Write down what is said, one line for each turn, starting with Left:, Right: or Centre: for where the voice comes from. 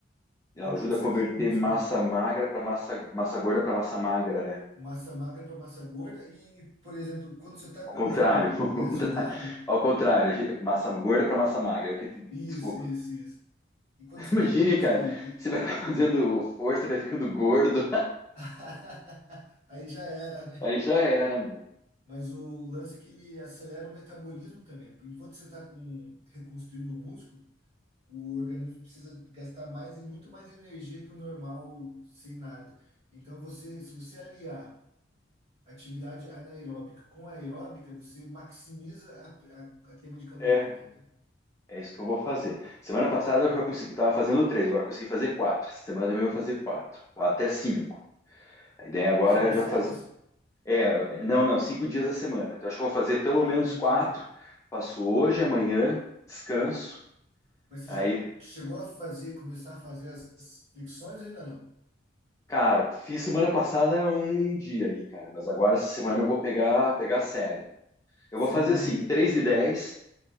Left: Ela
Right: enquanto
Left: ajuda
Right: você
Left: a converter
Right: tá com músculo
Left: massa magra para massa, massa gorda para massa magra, né?
Right: massa magra para massa gorda e, por exemplo, quando você está
Left: Ao
Right: com
Left: contrário,
Right: o músculo
Left: <laughs> ao contra-
Right: lesionado,
Left: ao contrário, ge- massa gorda para massa magra. Que te- Desculpa.
Right: isso, isso, isso. E quando
Left: <laughs>
Right: você
Left: Imagine,
Right: está com o músculo,
Left: cara, você vai estar fazendo força, vai ficando gordo,
Right: <laughs> aí já era,
Left: <laughs>
Right: né
Left: aí já era, meu.
Right: Mas o lance é que ele acelera o metabolismo também. Enquanto você está com reconstruindo o músculo, o organismo precisa gastar mais e muito mais energia que o normal sem nada. Então você, se você aliar atividade anaeróbica com aeróbica, você maximiza a, a, a queima de caloria,
Left: É,
Right: entendeu?
Left: é isso que eu vou fazer. Semana passada eu já consegui, tava fazendo três, agora consegui fazer quatro. Essa semana também eu vou fazer quatro, ou até cinco. A ideia agora
Right: Cinco
Left: é já
Right: séries?
Left: fazer. É, não, não, cinco dias da semana. Então acho que eu vou fazer pelo
Right: Ah,
Left: menos
Right: entendi.
Left: quatro. Faço hoje, amanhã, descanso.
Right: Mas você
Left: Aí
Right: já chegou a fazer, começar a fazer as flexões ainda não?
Left: Cara, fiz semana passada um dia ali, cara, mas agora essa semana eu vou pegar pegar sério. Eu
Right: Sim,
Left: vou fazer assim, 3 de 10